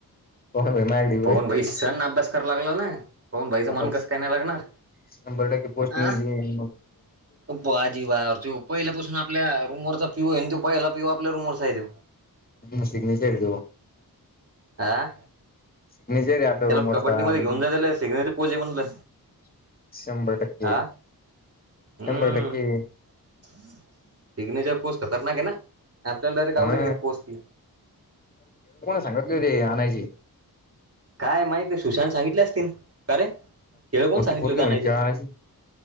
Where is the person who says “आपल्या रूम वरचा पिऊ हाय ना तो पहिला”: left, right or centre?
Right